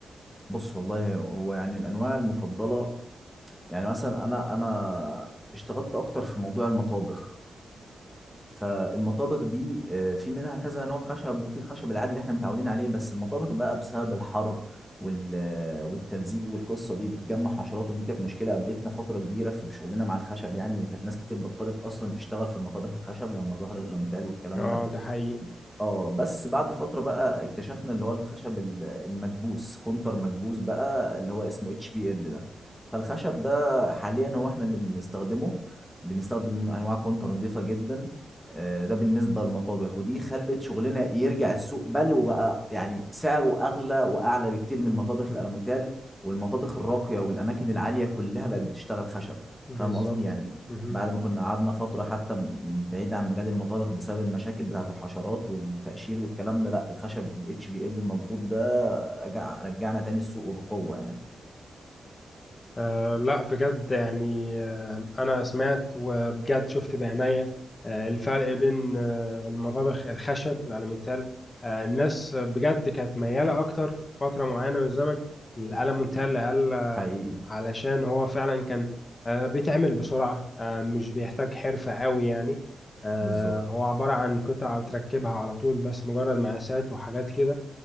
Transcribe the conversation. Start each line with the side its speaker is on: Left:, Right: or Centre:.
Centre: بص والله هو يعني الانواع المفضلة يعني مثلا انا انا اشتغلت اكتر في موضوع المطابخ فالمطابخ دي آه، في منها كذا نوع خشب وفي الخشب العادي اللي احنا متعودين عليه بس المطابخ بقى بسبب الحر وال- آه، والتلزيق والقصه دي بتجمع حشرات ودي كانت مشكله قابلتنا فتره كبيره في شغلنا مع الخشب يعني وكانت ناس كتير بطلت اصلا تشتغل في المطابخ الخشب لما ظهر الالموتال والكلام
Left: اه
Centre: ده
Left: ده حقيقي
Centre: اه بس بعد فترة بقى اكتشفنا اللي هو الخشب ال- المكبوس كونتر مكبوس بقى اللي هو اسمه اتش بي ال ده فالخشب ده حاليا هو احنا اللي بنستخدمه بنستخدم انواع كونتر نظيفة جدا آه، ده بالنسبة للمطابخ ودي خلت شغلنا يرجع السوق بل وبقى يعني سعره اغلى واعلى بكتير من مطابخ الالوميتال والمطابخ الراقية والاماكن العالية كلها بقت بتشتغل خشب
Left: بالظبط
Centre: فاهم قصدي يعني
Left: مهم.
Centre: بعد ما كنا قعدنا فترة حتى م- بعيد عن مجال المطابخ بسبب المشاكل بتاعة الحشرات والتقشير والكلام ده لا الخشب ال HBL المضغوط ده رجع رجعنا تاني السوق وبقوة يعني
Left: أه لا بجد يعني أه أنا سمعت وبجد شفت بعناية أه الفرق بين أه المطابخ الخشب الألمنتال أه الناس بجد كانت ميالة أكتر في فترة معينة من الزمن للألمنتال لأقل
Centre: حقيقي
Left: علشان هو فعلا كان آه، بيتعمل بسرعة آه، مش بيحتاج حرفة قوي يعني آه،
Centre: بالظبط
Left: هو عبارة عن قطع بتركبها على طول بس مجرد مقاسات وحاجات كده